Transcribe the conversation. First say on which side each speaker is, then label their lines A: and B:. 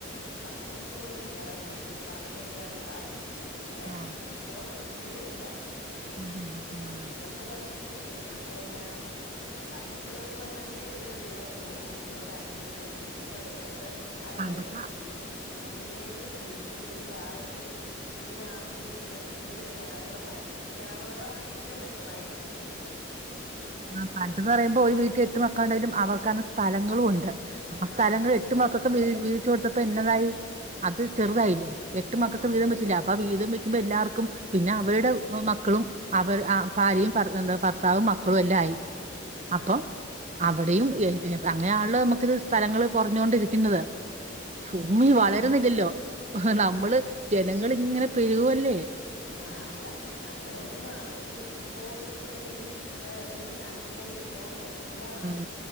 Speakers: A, on the left; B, on the right.
A: കക്കൂസ് പോലുല്ല ഒരു വീട്ടില് പറമ്പിലൊക്കെയാണ് സ്ഥാപിക്കുന്നത് പക്ഷെ
B: ആ
A: ഇത്രയും വൃത്തികേടില്ല
B: അതില്ല ആ
A: ഇതന്ന് പറഞ്ഞിട്ടുണ്ടെങ്കിൽ പിന്നെ. എട്ടു മക്കളുണ്ടെങ്കി എട്ട് വീട് മൂന്ന് സെന്റ് അഞ്ചു സെന്റ് വെച്ച് വീടും അടുത്തെടുത്ത്. അതിനടുത്ത്
B: പണ്ടത്തെ
A: കുഴി ഫൂ ഭൂമിയിലേക്ക് കുഴിച്ച് കുഴിച്ച് ആ ഒരു. ഇതിങ്ങനെ ആക്കി നശിപ്പിക്കൂലേ കിണർ വെള്ളം കിണർ വെള്ളമാണ് ഏറ്റവും മലിനമായിക്കൊണ്ടിരിക്കുന്നത് ഇപ്പം.
B: ആഹ് പണ്ട്ന്ന് പറയുമ്പോ ഒരു വീട്ടിൽ എട്ടു മക്കള്ണ്ടായിട്ടും അവർക്കാണ്. സ്ഥലങ്ങളും ഒണ്ട് ആ സ്ഥലങ്ങള്
A: ആഹ് സ്ഥലങ്ങളും
B: എട്ടു മക്കക്കും
A: ഉണ്ട്
B: വീഴി വീഴിച്ചു കൊടുത്തപ്പോ എന്നതായി. അത് ചെറുതായില്ലേ
A: ആഹ്
B: എട്ട് മക്കൾക്കും
A: ചെറുതായി
B: വീതം വെച്ചില്ലേ അ അപ്പം വീതം വെക്കുമ്പോ എല്ലാർക്കും പിന്നെ അവരുടെ മക്കളും അവര് ആഹ് ഭാര്യയും ഫർ എന്താ ഫർ ത്താവും മക്കളും എല്ലാം ആയി അപ്പൊ.
A: ആഹ്
B: അവിടെയും ഏ അങ്ങനെയാണല്ലോ നമുക്കിത് സ്ഥലങ്ങള് കുറഞ്ഞോണ്ടിരിക്കുന്നത്.
A: പി
B: ഫൂമി
A: പിന്നെ ഈ
B: വളരുന്നില്ലല്ലോ
A: വാർക്ക വീട് ആഹ്
B: നമ്മള്. ജനങ്ങളിങ്ങനെ പെരുകുവല്ലേ.
A: ആഹ് അല്ല അന്നേരം ഈ വ ഈ ഓടു വെച്ച വീടും അടിക്കണ മി റ്റവും എല്ലാ
B: ഉം